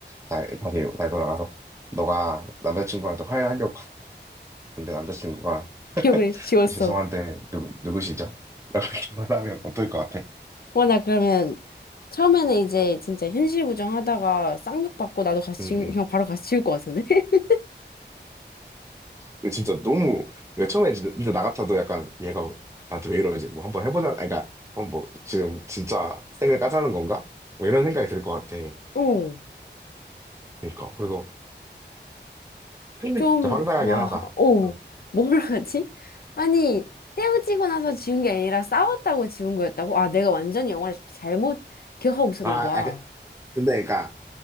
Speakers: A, on the right; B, on the left.
A: 다- 다시, 다시 돌아가서. 너가 남자친구한테 화해를 하려고 갔는데 남자친구가
B: 기억을 지웠어.
A: 죄송한데 누구, 누구시죠? <laughs> 라고 이렇게 말하면 어떨 것 같아?
B: 와, 나 그러면 처음에는 이제 진짜 현실 부정하다가 쌍욕 받고 나도 같이,
A: 응, 응.
B: 그냥 바로 같이 지울 것 같은데? <laughs>
A: 근데 진짜 너무, 그러니까 처음에 진짜, 진짜 나 같아도 약간 얘가 나한테 왜 이러지? 뭐 한번 해보자. 아니, 그러니까, 어, 뭐, 지금 진짜 생을 까자는 건가? 뭐 이런 생각이 들 것 같아.
B: 어.
A: 그러니까 그래서 <laughs>
B: 좀,
A: 진짜 황당하긴
B: 와,
A: 하다.
B: 어,
A: 응.
B: 뭘 하지? 아니, 헤어지고 나서 지운 게 아니라 싸웠다고 지운 거였다고? 아, 내가 완전히 영화를 잘못 기억하고 있었나
A: 아,
B: 봐.
A: 아, 그- 근데 그러니까